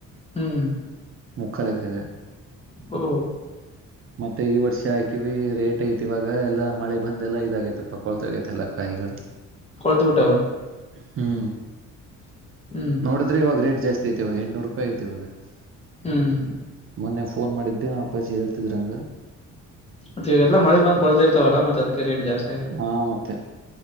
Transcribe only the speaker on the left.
ಹ್ಮ್
ಓ
ಕೊಳ್ತು ಬಿಟ್ಟಾವ
ಹ್ಮ್
ಹ್ಮ್
ಮತ್ತೆ ಈಗಲ್ಲ ಮಳಿ ಬಂದ್ ಕೊಡ್ತ ಇರ್ತವಲ್ಲ ಮತ್ತೆ ಅದಕ್ಕೆ ರೇಟ್ ಜಾಸ್ತ ಆಗಿರೋದ್